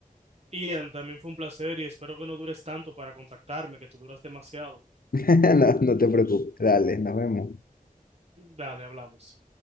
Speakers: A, on the right; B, on the left.
A: Ian, también fue un placer y espero que no dures tanto para contactarme, que tú duras demasiado.
B: <laughs> no, no te preocupes, dale, nos vemos.
A: Dale, hablamos.